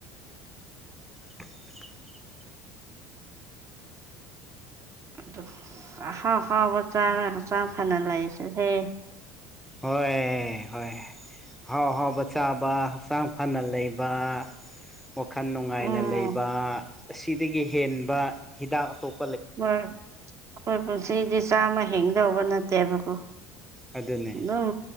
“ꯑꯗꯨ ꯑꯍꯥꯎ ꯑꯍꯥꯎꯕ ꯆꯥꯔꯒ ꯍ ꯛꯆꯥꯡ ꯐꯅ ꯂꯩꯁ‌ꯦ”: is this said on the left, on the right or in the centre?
Right